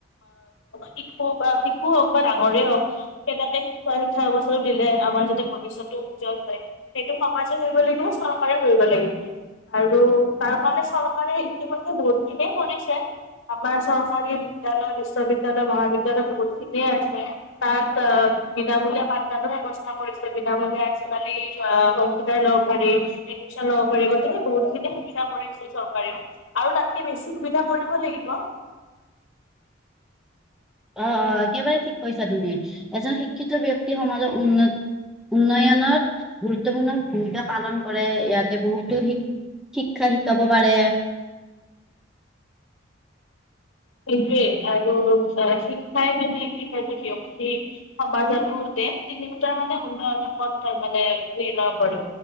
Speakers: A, on the left; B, in the centre.
A: শিশু বা শিশু হওক বা ডাঙৰে হওক কেনেকে শিকোৱা শিক্ষা অৱস্থাটো দিলে আমাৰ যাতে ভৱিষ্যতটো উজ্জ্বল হয়। সেইটো সমাজে ভাবিব লাগিব চৰকাৰেও ভাবিব লাগিব, আৰু তাৰ কাৰণে চৰকাৰে ইতিমধে বহুত খিনিয়ে কৰিছে আমাৰ চৰকাৰী বিদ্যালয়ত বিশ্ববিদ্য়ালয় মহাবিদ্যয়ালয় বহুত খিনিয়ে আছে, তাত বিনামূলীয়া পাঠদানৰ বেৱস্থা কৰিছে বিনামূলীয়া আজিকালি কম্পিউটাৰ লব পাৰি এডমিন লব পাৰি গতিকে বহুতখিনি সুবিধা কৰিছে চৰকাৰেও, আৰু তাতকে বেছি সুবিধা কৰিদিব লাগিব।
B: আহ অ একেবাৰে ঠিক কৈছা তুমি, এজন শিক্ষিত বিয়ক্তয়ে সমাজৰ উন্ন-উন্নয়নত গুৰুত্বপূৰ্ণ ভূমিকা পালন কৰে ইয়াতে বহুতো শিক্ষ-শিক্ষা শিকাব পাৰে।
A: সেইটোৱেই আৰু অ শিক্ষাই মানে কি হয় যে বিয়ক্তি সমাজ আৰু তিনিটাাৰ মানে উন্নয় পথ মানে নিৰ্ণয় কৰে।